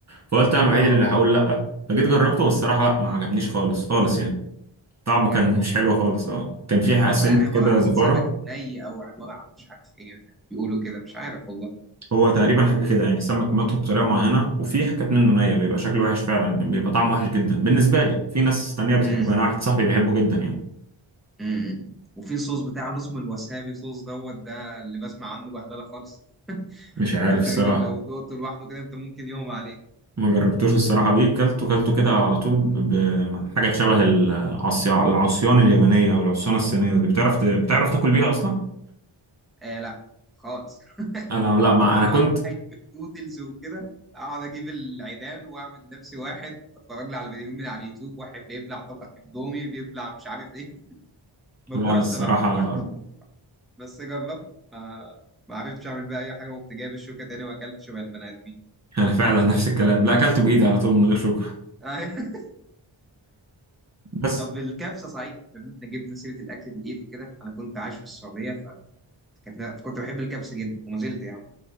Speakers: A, on the right (about 35°); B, in the centre.
A: فقلت انا الوحيد
B: اه
A: اللي هقول لا فجيت جربته والصراحه لا ما عجبنيش خالص خالص يعني طعمه
B: بجد
A: كان
B: والله
A: مش حلو خالص اه كان فيها
B: هو
A: سنه
B: فعلا عباره
A: كده
B: عن
A: زفاره
B: سمك ني او عباره عن مش عارف ايه يعني بيقولوا كده مش عارف والله
A: هو تقريبا حاجة كده يعني السمك مطهو بطريقة معينة وفي حاجات منه نية بيبقى شكله وحش فعلا بيبقى طعمه وحش جدا بالنسبة لي في ناس تانية بتحبه
B: امم
A: أنا واحد صاحبي بيحبه جدا يعني
B: امم وفي صوص بتاع اللي اسمه الوسابي صوص دوت ده اللي بسمع عنه بهدله خالص <laughs>
A: مش عارف
B: ده اللي
A: الصراحة
B: تقريبا لو دقته لوحده كده انت ممكن يغمى عليك
A: ما جربتوش الصراحة بيه كلته كلته كده على طول بحاجة شبه العصيان العصيان اليابانية أو العصيان الصينية دي بتعرف ت... بتعرف تاكل بيها أصلا؟
B: آه لا خالص <laughs>
A: أنا لا ما
B: كنت
A: أنا
B: بقعد
A: كنت
B: نودلز وكده اقعد اجيب العيدان واعمل نفسي واحد اتفرج لي على فيديوهات من على اليوتيوب واحد بيبلع طبق اندومي بيبلع مش عارف ايه <laughs> مجوع
A: لا أنا
B: الصراحه
A: الصراحة
B: قلت بس جربت ما ما عرفتش اعمل بقى اي حاجه وقمت جايب الشوكه تاني واكلت شبه البني ادمين
A: أنا فعلا <laughs> نفس الكلام لا أكلته بإيدي على طول من غير شوكة
B: <laughs>
A: بس
B: طب الكبسه صحيح بما ان احنا جبنا سيره الاكل بالايد وكده انا كنت عايش في السعوديه فكنت كنت بحب الكبسه جدا وما زلت يعني